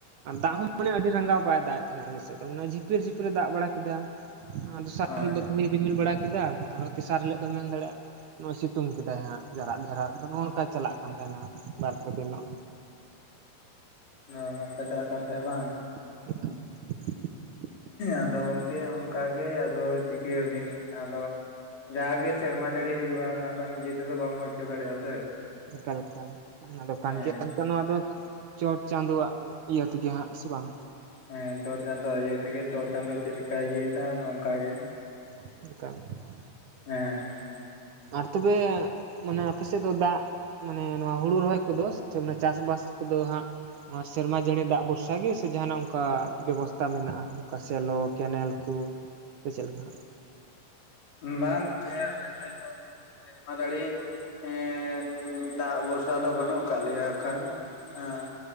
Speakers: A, on the right; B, on the left.
A: ᱟᱨ ᱫᱟᱜ ᱦᱚᱸ ᱢᱟᱱᱮ ᱟᱹᱰᱤ ᱨᱟᱸᱜᱟᱣ ᱵᱟᱭ ᱫᱟᱜᱮᱫ ᱛᱟᱦᱮᱸᱱᱟ ᱟᱞᱮ ᱥᱮᱫ ᱫᱚ <inaudible> ᱡᱷᱤᱯᱤᱨ ᱡᱷᱤᱯᱤ ᱨᱮ ᱫᱟᱜ ᱵᱟᱲᱟ ᱠᱮᱫᱟ ᱟᱨ ᱫᱚᱥᱟᱨ
B: ᱦᱳᱭ
A: ᱦᱤᱞᱳᱜ ᱫᱚ ᱠᱷᱟᱹᱞᱤ ᱨᱤᱢᱤᱞ ᱵᱟᱲᱟ ᱠᱮᱫᱟ ᱟᱨᱦᱚᱸ ᱛᱮᱥᱟᱨ ᱦᱤᱞᱳᱜ ᱫᱚᱢ ᱢᱮᱱ ᱫᱟᱲᱮᱜ-ᱟ <inaudible> ᱥᱤᱛᱩᱝ ᱠᱮᱫᱟᱭ ᱦᱟᱸᱜ ᱡᱟᱨᱟᱜ ᱡᱟᱨᱟᱫ ᱟᱫᱚ ᱱᱚᱜᱚ ᱱᱚᱝᱠᱟ ᱪᱟᱞᱟᱜ ᱠᱟᱱ ᱛᱟᱦᱮᱱᱟ ᱵᱟᱨ ᱯᱮ ᱫᱤᱱ <inaudible>
B: ᱚ ᱱᱚᱝᱠᱟ ᱪᱟᱞᱟᱜ ᱠᱟᱱ ᱛᱟᱦᱮᱸᱜ ᱵᱟᱝ᱾
A: <unintelligible>
B: ᱟᱫᱚ ᱜᱚᱝᱠᱮ ᱚᱝᱠᱟ ᱜᱮ ᱟᱫᱚ ᱪᱤᱠᱟᱹᱭᱟᱵᱤᱱ ᱟᱫᱚ ᱡᱟᱜᱮ ᱥᱮᱨᱢᱟ ᱡᱟᱹᱲᱤ ᱦᱩᱭᱩᱜ-ᱟ ᱚᱱᱟ ᱫᱚ ᱱᱤᱡᱮ ᱛᱮᱫᱚ ᱵᱟᱢ ᱦᱳᱭ ᱦᱚᱪᱚ ᱫᱟᱲᱮᱜ-ᱟ ᱥᱮ᱾
A: ᱮᱠᱟᱞ ᱮᱠᱟᱞ ᱚᱱᱟ ᱫᱚ ᱠᱟᱱ
B: ᱦᱮᱸ
A: ᱜᱮᱭᱟ <inaudible> ᱱᱚᱣᱟ ᱫᱚ ᱪᱚᱴ ᱪᱟᱸᱫᱳᱣᱟᱜ ᱤᱭᱟᱹ ᱛᱤᱜᱮ ᱦᱟᱸᱜ ᱦᱮᱸᱥᱮ ᱵᱟᱝ᱾
B: ᱦᱮᱸ ᱪᱚᱴ ᱪᱟᱸᱫᱳ ᱤᱭᱟᱹ ᱛᱮᱜᱮ ᱪᱚᱴ ᱪᱟᱸᱫᱳ ᱪᱮᱫ ᱞᱮᱠᱟᱭ ᱤᱭᱟᱹᱭ ᱫᱟ ᱟᱫᱚ ᱚᱝᱠᱟ ᱜᱮ᱾
A: <inaudible>
B: ᱦᱮᱸ᱾
A: ᱟᱨ ᱛᱚᱵᱮ ᱢᱟᱱᱮ ᱟᱯᱮ ᱥᱮᱜ ᱫᱚ ᱫᱟᱜ ᱢᱟᱱᱮ ᱱᱚᱣᱟ ᱦᱩᱲᱩ ᱨᱚᱦᱚᱭ ᱠᱚᱫᱚ ᱥᱮ ᱢᱟᱱᱮ ᱪᱟᱥ ᱵᱟᱥ ᱠᱚᱫᱚ ᱦᱟᱸᱜ ᱱᱚᱣᱟ ᱥᱮᱨᱢᱟ ᱡᱟᱹᱲᱤ ᱫᱟᱜ ᱵᱷᱚᱨᱥᱟ ᱜᱮ, ᱥᱮ ᱡᱟᱦᱟᱱᱟᱜ ᱚᱝᱠᱟ ᱵᱮᱵᱚᱥᱛᱟ ᱢᱮᱱᱟᱜ-ᱟ, ᱚᱝᱠᱟ ᱥᱮᱞᱚ ᱠᱮᱱᱮᱞ ᱠᱩ ᱥᱮ ᱪᱮᱫ ᱞᱮᱠᱟ?
B: ᱵᱟᱝ <inaudible> ᱥᱮᱨᱢᱟ ᱫᱟᱲᱤ ᱦᱮᱸ ᱫᱟᱜ ᱵᱷᱚᱨᱥᱟ ᱫᱚ ᱵᱟᱹᱱᱩᱜ ᱠᱟᱜ ᱞᱮᱭᱟ ᱦᱟᱠᱷᱟᱱ ᱦᱮᱸ᱾